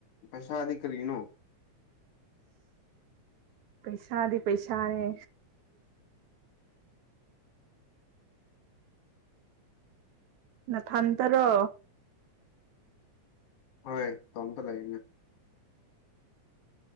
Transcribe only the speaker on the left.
ꯄꯦꯁꯥꯗꯤ ꯀ ꯂꯔꯤꯅꯣ
ꯍꯣꯏ ꯇꯝ ꯇ ꯂꯒꯅꯦ